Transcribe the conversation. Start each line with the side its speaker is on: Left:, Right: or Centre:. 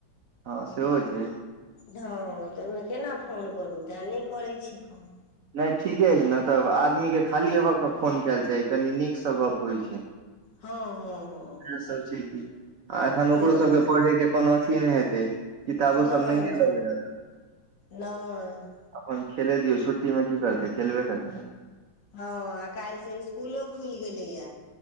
Right: हँ सेहो छै
Left: हँ तऽ ओहिमे केना फोन करू तैँ नहि करैत छी फोन
Right: नहि ठीके छै ने तब आदमी के खाली ए भ के फोन केयल चाही कनी नीक से गप होइ छै
Left: हँ हँ हँ
Right: इएह सब छै कि आ एखन ओकरो
Left: ताहि
Right: सबके
Left: दुआरे
Right: पढ़ैके कोनो अथी नहि हेतै किताबो
Left: नहि
Right: सब नहिए
Left: नहि
Right: ले रह
Left: नहि
Right: अपन खेले रियौ छुट्टीमे की करतै खेलबे करतै नय
Left: हँ आ काल् से इसकुलो खुलि गेलैया